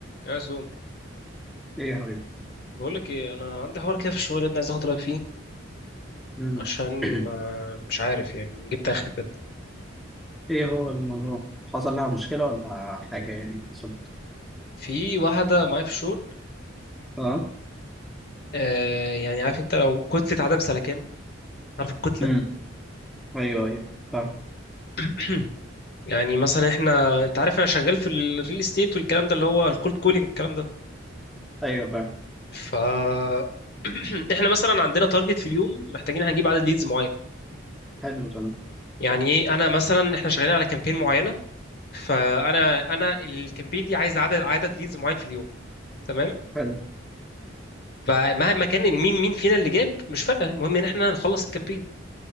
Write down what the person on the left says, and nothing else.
يا سو
بقول لك ايه انا عندي حوار كده في الشغل ده عايز اخد رايك فيه
عشان
ما مش عارف يعني جبت اخر بجد
في واحده معايا في الشغل
آه يعني عارف انت لو كتله عدم سلكان عارف الكتله
<clears throat> يعني مثلا احنا انت عارف انا شغال في الريل استيت والكلام ده اللي هو الكولد كولينج والكلام ده
ف <clears throat> احنا مثلا عندنا تارجت في اليوم محتاجين هنجيب عدد ليدز معين
يعني ايه انا مثلا احنا شغالين على كامبين معينه فانا انا الكامبين دي عايز عدد عدد ليدز معين في اليوم تمام
فمهما كان إن مين مين فينا اللي جاب مش فارقه المهم ان احنا نخلص الكامبين